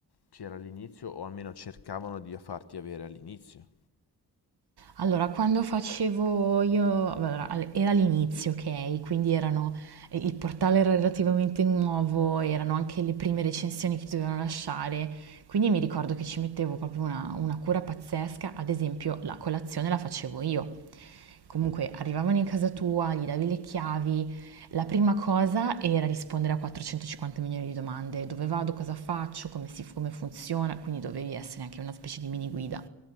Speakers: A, on the left; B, on the right.
A: c'era all'inizio, o almeno cercavano di farti avere all'inizio.
B: Allora, quando facevo io, allora, al- era l'inizio, ok? Quindi erano, eh, il portale era relativamente nuovo, erano anche le prime recensioni che dovevano lasciare, quindi mi ricordo che ci mettevo proprio una, una cura pazzesca, ad esempio la colazione la facevo io. Comunque arrivavano in casa tua, gli davi le chiavi, la prima cosa era rispondere a 450 milioni di domande, dove vado, cosa faccio, come si, come funziona, quindi dovevi essere anche una specie di mini guida.